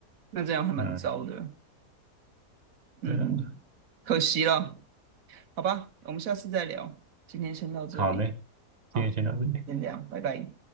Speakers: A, on the right (about 60°); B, on the right (about 30°).
A: 那这样还蛮糟的。
B: 嗯，
A: 嗯，
B: 对啊，
A: 可惜了，好吧，我们下次再聊，今天先到这里，
B: 好嘞，今天先到这里。
A: 好，先这样，拜拜。